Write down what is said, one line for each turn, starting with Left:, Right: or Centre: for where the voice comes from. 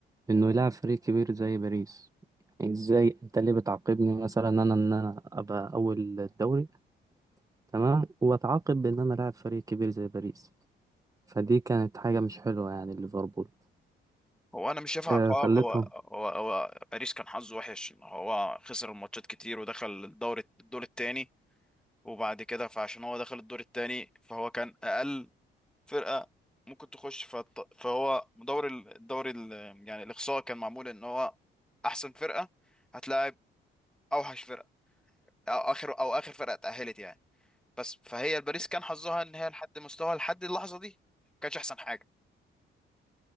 Right: انه يلعب فريق كبير زي باريس يعني ازاي انت ليه بتعاقبني مثلا انا ان انا ابقى اول الدوري تمام واتعاقب بان انا لاعب فريق كبير زي باريس فدي كانت حاجه مش حلوه يعني ليفربول
Centre: هو انا مش شايفها
Right: آه
Centre: عقاب
Right: خلتهم
Centre: هو هو هو باريس كان حظه وحش هو خسر الماتشات كتير ودخل الدور الدور التاني وبعد كده فعشان هو دخل الدور التاني فهو كان اقل فرقة ممكن تخش فط- فهو دور ال- الدور ال- يعني الاقصاء كان معمول ان هو احسن فرقة هتلاعب اوحش فرقة او اخر او اخر فرقة اتأهلت يعني بس فهي الباريس كان حظها ان هي لحد مستوى لحد اللحظة دي ما كانش احسن حاجة